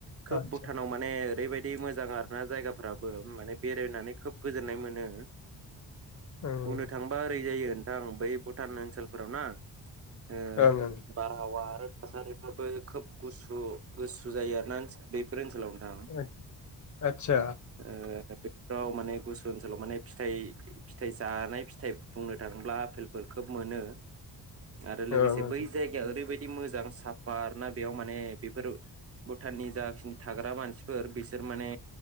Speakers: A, on the right (about 35°); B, on the left (about 40°).
A: खोब
B: आदसा
A: भुटानाव माने ओरैबाय दि मोजां आर ना जायगाफ्राबो माने बेरायनानै खोब गोजोननाय मोनो।
B: ओं
A: बुंनो थांबा ओरै जायो। नोंथां बै भुटान ओनसोलफोराव ना। ओ
B: ओं ओं
A: बारहावा आरो थासारिफ्राबो खोब ग गुसु जायो आरोना फोर-बेफोर ओन हेलौ नोंथां
B: ओं आदसा
A: ओ बेफोराव माने गुसु ओनसोलाव माने फिथाइ फिथाइ जानाय फिथाइ बुंनो थाङोब्ला आफेलफोर खोब मोनो। आरो लोगोसे
B: ओं ओं
A: बै ओरैबायदि मोजां साफा आरोना बेयाव माने बेफोर भुटाननि जाखिनि थाग्रा मानसिफोर बिसोर माने